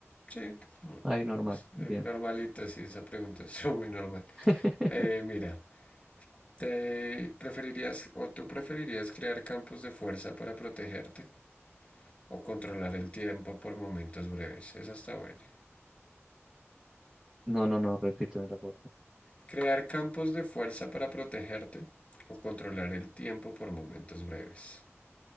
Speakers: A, on the left; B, in the centre.
A: sí, no,
B: Ay, normal,
A: es eh,
B: bien.
A: normalita, sí, esa pregunta es <laughs> muy normal.
B: <laughs>
A: Eh, mira, ¿te preferirías o tú preferirías crear campos de fuerza para protegerte o controlar el tiempo por momentos breves? Esa está buena.
B: No, no, no, repíteme la foto.
A: ¿Crear campos de fuerza para protegerte o controlar el tiempo por momentos breves?